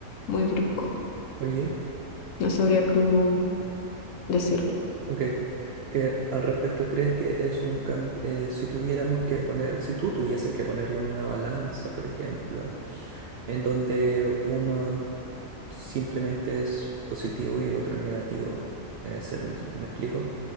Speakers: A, on the left (about 70°); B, on the right (about 65°).
A: muy brusco.
B: Oye,
A: No sabría cómo decirlo.
B: ok. Que al respecto crees que es un cambio, si tuviéramos que poner, si tú tuvieses que ponerlo en una balanza, por ejemplo, en donde uno simplemente es positivo y el otro es negativo. Eh, se- ¿me explico?